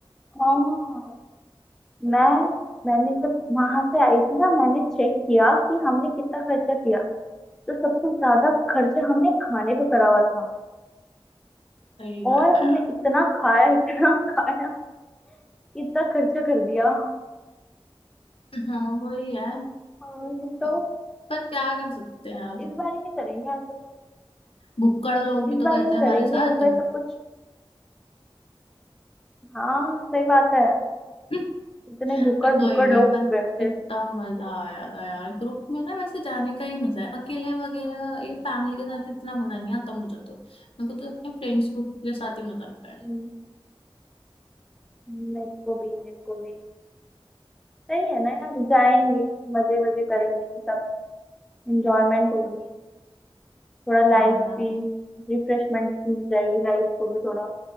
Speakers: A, in the centre; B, on the left.
A: हाँ मैं मैंने जब वहां से आई थी ना मैंने चेक किया कि हमने कितना खर्चा किया तो सबसे ज्यादा खर्चा हमने खाने पे करा हुआ था
B: सही बात
A: और
B: है
A: हमने
B: यार
A: इतना खाया इतना <laughs> खाया इतना खर्चा कर दिया
B: हाँ वही है
A: और तो
B: पर पर क्या कर सकते हैं अब
A: इस बार ही नहीं करेंगे ऐसा
B: भुक्कड़ लोग
A: इस
B: भी तो
A: बार
B: गए
A: ही नहीं
B: थे हमारे
A: करेंगे
B: साथ
A: इस बार सब कुछ हाँ सही बात है
B: <laughs>
A: इतने भुक्कड़
B: पर कोई
A: भुक्कड़
B: नहीं
A: लोग
B: पर
A: गए थे
B: कितना मजा आया था यार ग्रुप में ना वैसे जाने का ही मजा है अकेले वगैरह ये फैमिली के साथ इतना मजा नहीं आता मुझे तो मेरे को तो अपने फ्रेंड्स ग्रुप के साथ ही मजा आता है
A: हम्म, मेरे को भी मेरे को भी सही है ना यार जाएंगे मजे मजे करेंगे सब एंजॉयमेंट होगी थोड़ा लाइफ
B: हाँ यार
A: भी रिफ्रेशमेंट मिल जाएगी लाइफ को भी थोड़ा